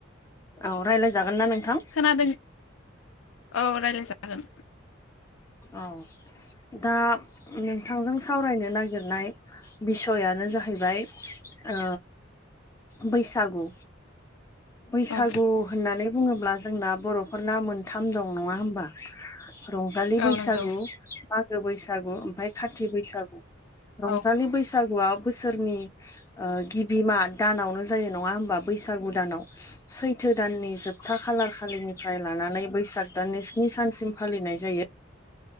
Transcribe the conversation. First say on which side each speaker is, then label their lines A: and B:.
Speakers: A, on the left; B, on the left.
A: औ रायज्लायजागोन ना नोंथां।
B: खोनादों औ रायज्लाय जागोन।
A: औ। दा नोंथांजों सावरायनो नागिरनाय बिसयानो जाहैबाय। औ बैसागु। बैसागु
B: औ
A: होननानै बुङोब्ला जोंना बर'फ फोरना मोनथाम दं नङा होमबा रंजालि बैसा
B: औ
A: सागु
B: नंगौ
A: मागो बैसागु ओमफ्राय खाथि बैसागु रंजालि
B: औ
A: बैसागुआ बोसोरनि गिबिमा दानावनो जायो नङा हबा बैसागु दानाव सै थो दाननि जोबथा खालार खालिनिफ्राय लानानै बैसाग दाननि स्नि सानसिम फालिनाय जायो।